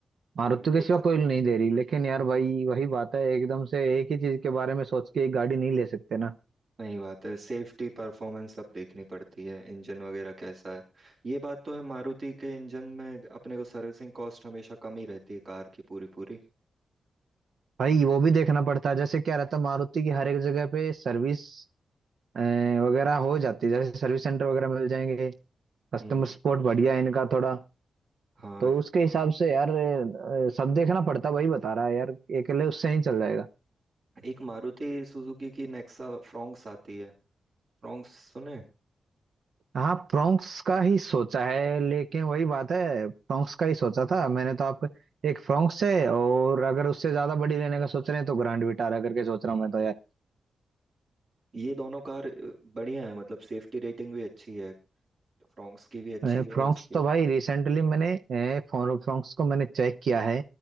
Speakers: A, on the right (about 70°); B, on the right (about 50°).
A: मारुति
B: हाँ
A: के
B: ये
A: सिवा
B: बात
A: कोई
B: तो
A: नहीं दे रही लेकिन यार भाई वही बात है एकदम से एक ही चीज के बारे में सोच के एक गाड़ी नहीं ले सकते ना
B: सही बात है सेफ्टी परफॉर्मेंस सब देखनी पड़ती है इंजन वगैरह कैसा है ये बात तो है मारुति के इंजन में अपने को सर्विसिंग कॉस्ट हमेशा कम ही रहती है कार की पूरी पूरी
A: भाई वो भी देखना पड़ता है जैसे क्या रहता है मारुति की हर एक जगह पे सर्विस वगैरह हो जाती है जैसे सर्विस सेंटर वगैरह मिल जाएंगे कस्टमर
B: हम्म
A: सपोर्ट बढ़िया है इनका थोड़ा
B: हाँ
A: तो उसके हिसाब से यार अ, सब देखना पड़ता है, वही बता रहा है यार अकेले उससे नहीं चल जाएगा
B: एक मारुति सुजुकी की नेक्सा फ्रॉन्क्स आती है फ्रॉन्क्स सुने
A: हाँ फ्रोंक्स का ही सोचा है लेकिन वही बात है फ्रोंक्स का ही सोचा था मैंने तो आप एक फ्रोंक्स है और अगर उससे ज्यादा बड़ी लेने का सोच रहे हैं तो ग्रैंड विटारा करके सोच रहा
B: हम्म।
A: हूँ मैं तो यार
B: ये दोनों कार अ, बढ़िया है मतलब सेफ्टी रेटिंग भी अच्छी है फ्रॉन्क्स की भी अच्छी
A: अ,
B: है
A: फ्रोंक्स
B: उसकी
A: तो
B: भी
A: भाई रिसेंटली मैंने अ, फोन फ्रोंक्स को मैंने चेक किया है